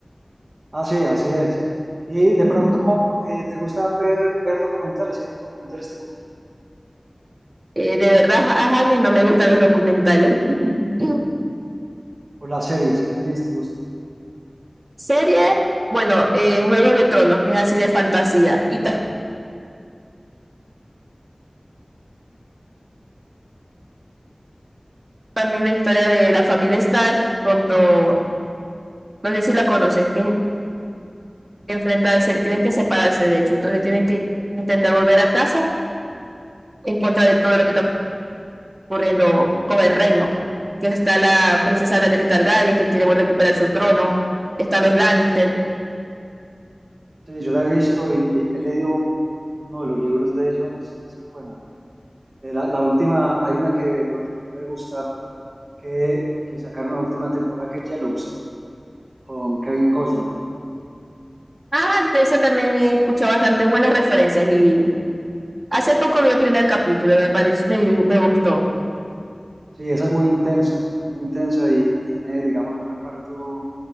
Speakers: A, on the right; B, on the right.
A: Ah, sí, así es. Y de
B: <laughs>
A: pronto, eh, ¿te gustan ver, ver documentales? ¿Qué tipo de documentales te gustan?
B: Eh, de verdad, a a Jaime no me gustan los documentales. <laughs>
A: O las series, ¿qué series te gustan?
B: Series, bueno, eh, Juegos de Tronos, que es así de fantasía. Y ta- también la historia de la familia Stark cuando, no sé si la conoces, tienen que enfrentarse, tienen que separarse de hecho, entonces tienen que intentar volver a casa en contra de todo lo que está ocurriendo con el reino, que está la princesa Daenerys Targaryen que quiere volver a recuperar su trono, están los Lannister.
A: Sí, yo la he visto y, y he leído un- uno de los libros de ellos, es- esa es buena. Eh, la, la última, hay una que de pronto te puede gustar, que, que sacaron la última temporada, que es Yellowstone, con Kevin Costner.
B: Ah, de ese también he escuchado bastante buenas referencias y hace poco vi el primer capítulo, me pareció, me, me gustó.
A: Sí, esa es muy intensa, es muy intensa y, y tiene, digamos, un reparto